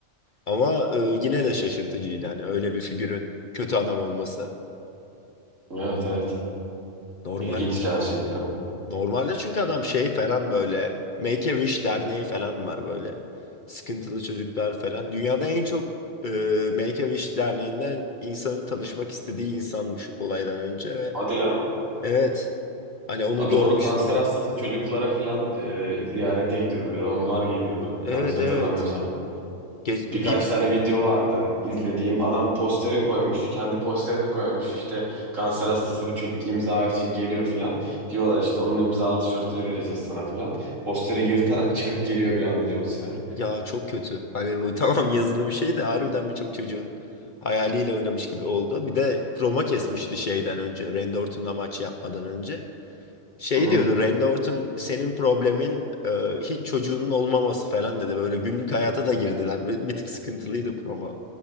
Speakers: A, on the left (about 50°); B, on the right (about 80°).
A: Ama e, yine de şaşırtıcıydı hani öyle bir figürün kötü adam olması.
B: Evet evet.
A: Normal
B: İlginç gerçekten.
A: Normalde çünkü adam şey falan böyle Make a Wish derneği falan var böyle. Sıkıntılı çocuklar falan. Dünyada en çok e, Make a Wish derneğinden insanın tanışmak istediği insanmış olaydan önce ve
B: Hadi ya.
A: evet hani onu
B: Ha
A: görmüştüm
B: doğru kanser
A: yani.
B: hastası çocuklara filan e, ziyarete gidiyordu ya da onlar geliyordu.
A: Evet
B: Yanlış hatırlamıyorsam.
A: evet. Geç, bip
B: Birkaç tane video vardı izlediğim. Adam posteri koymuş. Kendi posterini koymuş. İşte kanser hastası bir çocuk imza için geliyor filan. Diyorlar işte onun imzalı tişörtünü vereceğiz sana filan. Posteri yırtarak çıkıp geliyor bir anda John Cena.
A: ya çok kötü. Hani bu <laughs> tamam yazılı bir şey de harbiden birçok çocuğun hayaliyle oynamış gibi oldu. Bir de Roma kesmişti
B: Hı
A: şeyden önce. Randy Orton'la maç yapmadan önce. Şey
B: hı.
A: diyordu Randy Orton senin problemin e, hiç çocuğunun olmaması falan dedi. Böyle günlük hayata da girdiler. Bir, bir tık sıkıntılıydı promo